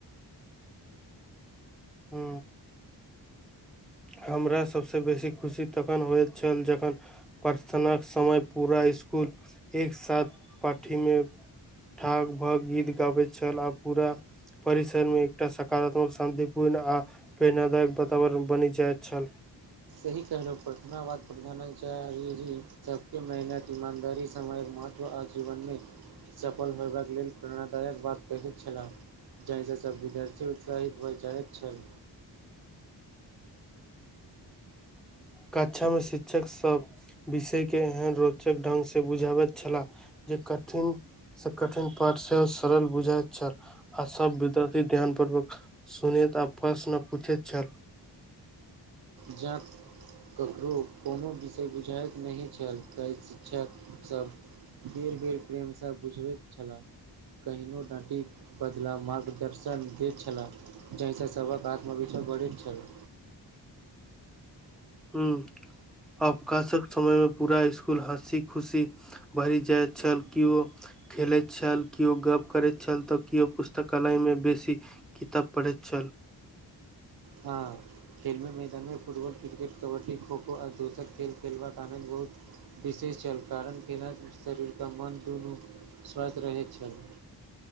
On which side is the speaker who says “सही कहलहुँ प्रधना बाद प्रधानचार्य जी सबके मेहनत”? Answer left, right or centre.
Right